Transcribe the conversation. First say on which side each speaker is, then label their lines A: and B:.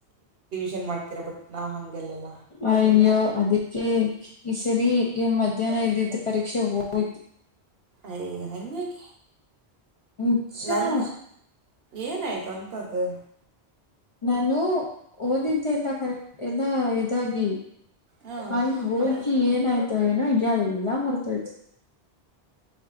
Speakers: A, on the right (about 65°); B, on the left (about 45°).
A: ವಿನ್ ಮಾಡ್ತ ಬ ನಾವು ಹಲ್ಲ
B: ಅಯ್ಯೋ ಅದಕ್ಕೆ ಈ ಸರಿ ಮಧ್ಯಾಹ್ನ ಇದ್ದಿದ್ದ ಪರೀಕ್ಷೆ ಹೋಯ್ತು
A: ಅಯ ಹಂಗೇಕ
B: ನಿಜ
A: ನನ್ ಏನಾಯ್ತು ಅಂತದ್ದು
B: ನಾನು ಓದಿದ್ದೆ ಎಲ್ಲ ಕರೆಕ್ ಎಲ್ಲಾ ಇದಾಗಿ
A: ಹಾಂ
B: ಅಲ್ಲಿ ಹೋಗಿ
A: ಹಂಗೆ
B: ಏನಾಯ್ತ ಏನೋಲ್ಲ ಮರ್ತಯ್ತು